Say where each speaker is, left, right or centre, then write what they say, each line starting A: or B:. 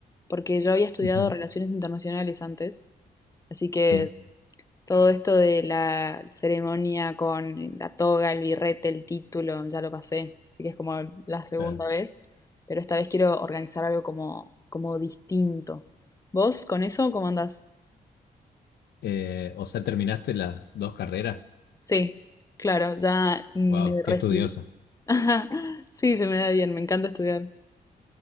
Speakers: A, on the left (about 20°); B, on the left (about 80°).
A: porque yo había estudiado
B: Ujú,
A: relaciones internacionales antes, así que
B: Sí,
A: Todo esto de la ceremonia con la toga, el birrete, el título, ya lo pasé, así que es como la segunda
B: claro.
A: vez, pero esta vez quiero organizar algo como, como distinto. ¿Vos con eso cómo andás?
B: Eh, o sea, terminaste las dos carreras.
A: Sí, claro, ya me
B: Wow, qué
A: recibí.
B: estudiosa.
A: <laughs> Ajá, Sí, se me da bien, me encanta estudiar.